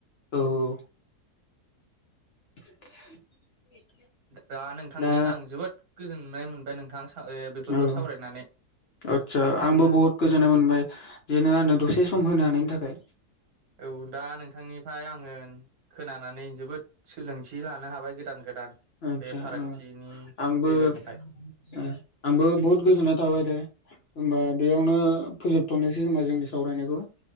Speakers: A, on the left; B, on the right.
A: औ औ <inaudible>
B: दा नोंथांजों
A: दा
B: आं जोबोद गोजोननाय मोनबाय नोंथां ओ बेफोरखौ
A: औ
B: सावरायनानै
A: आदसा आंबो
B: आङो
A: बहुत गोजोननाय
B: औ
A: मोनबाय जेे नों आंनो दसे सम होनो हानायनि थाखाय
B: औ दा नोंथांनि फ्राय आङो खोनानानै जोबोद सोलोंथि लानो हाबाय गोदान गोदान
A: आतसा
B: बे फारागथिनि
A: ओ आंबो
B: गेजेरनिफ्राय
A: ओ आंबो बहुत गोजोननाय थाबाय दे होनबा बेयावनो फोजोबथ'नोसै खोमा जोंनि सावरायनायखौ